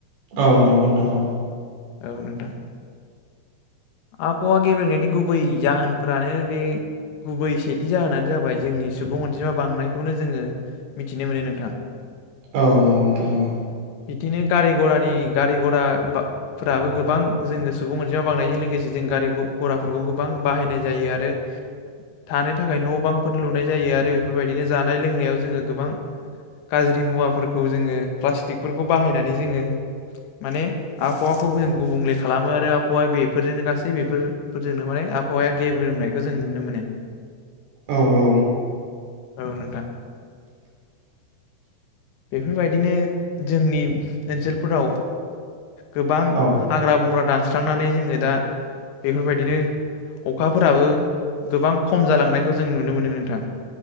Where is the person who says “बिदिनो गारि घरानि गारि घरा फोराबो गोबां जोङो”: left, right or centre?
Left